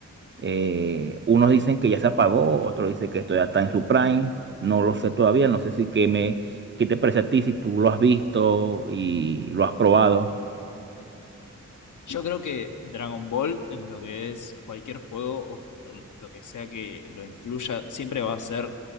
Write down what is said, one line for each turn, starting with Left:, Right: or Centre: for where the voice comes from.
Right: Eh, unos dicen que ya se apagó, otros dicen que esto ya está en su prime. No lo sé todavía, no sé si que me, qué te parece a ti, si tú lo has visto y lo has probado.
Left: Yo creo que Dragon Ball, en lo que es cualquier juego o o lo que sea que lo incluya, siempre va a ser